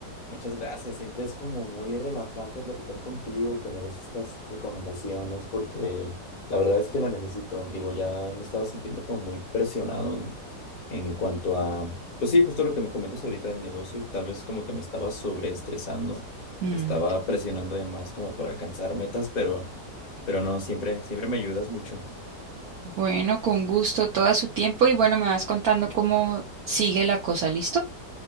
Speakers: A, on the left; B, on the right.
A: Muchas gracias, siempre es como muy relajante platicar contigo, que me des estas recomendaciones, porque la verdad es que la necesito. Digo, ya me estaba sintiendo como muy presionado en, en cuanto a, pues sí, justo lo que me comentas ahorita del negocio, tal vez como que me estaba sobreestresando,
B: Mm.
A: me estaba presionando de más como para alcanzar metas, pero, pero no, siempre, siempre me ayudas mucho.
B: Bueno, con gusto, todo su tiempo, y bueno, me vas contando cómo sigue la cosa, ¿listo?